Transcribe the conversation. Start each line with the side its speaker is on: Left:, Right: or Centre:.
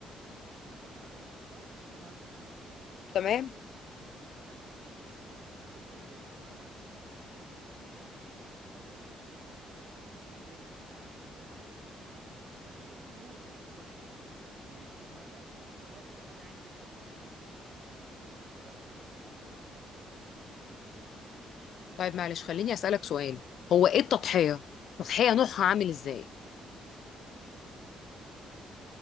Right: نحن اتفقنا على ذلك صح؟ مفهوم هذا؟ أنا
Left: تمام
Right: أقصد حد التضحية يعني حد التضحية بالمعنى يعني ال... الذي ممكن نقول يعني أنه يمكن أن يعني يجوز أن نضحي بكل هذا ولكن أنا عندي حد لهذا الحد أنا ممكن لا أتجاوز بعد ذلك ما هو يعني
Left: طيب معلش خليني اسالك سؤال هو ايه التضحية
Right: مم.
Left: التضحية نوعها عامل ازاي
Right: تمام أقول لك